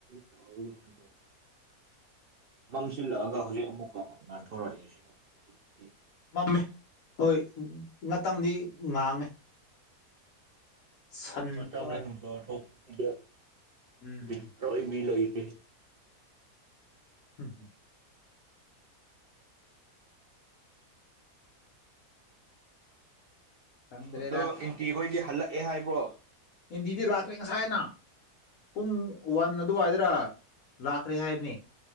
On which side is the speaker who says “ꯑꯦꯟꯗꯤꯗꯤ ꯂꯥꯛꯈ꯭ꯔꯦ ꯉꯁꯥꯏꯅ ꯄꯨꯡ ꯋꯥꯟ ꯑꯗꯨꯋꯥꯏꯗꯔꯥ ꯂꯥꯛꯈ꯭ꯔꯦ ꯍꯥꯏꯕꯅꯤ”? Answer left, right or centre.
Left